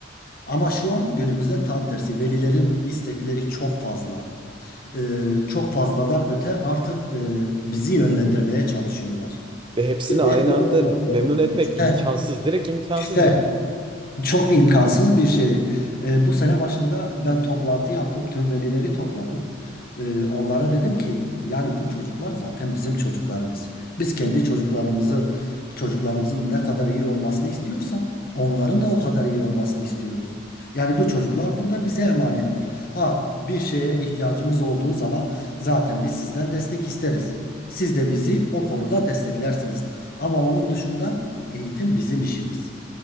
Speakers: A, on the left; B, on the right.
A: Ama şu an günümüzde tam tersi. Velilerin istekleri çok fazla e, çok fazladan öte artık e, bizi yönlendirmeye çalışıyorlar.
B: ve hepsini
A: E,
B: aynı
A: Hepsini
B: anda
A: aynı anda
B: memnun etmek
A: işte,
B: imkansız. Direkt imkansız
A: işte
B: yani.
A: çok imkansız bir şey. Ee, bu sene başında ben toplantı yaptım. Tüm velileri topladım. Ee, onlara dedim ki yani bu çocuklar zaten bizim çocuklarımız. Biz kendi çocuklarımızı çocuklarımızın ne kadar iyi olmasını istiyorsak onların da o kadar iyi olmasını istiyoruz. Yani bu çocuklar burada bize emanettir. Ha bir şeye ihtiyacımız olduğu zaman zaten biz sizden destek isteriz. Siz de bizi o konuda desteklersiniz. Ama onun dışında eğitim bizim işimiz.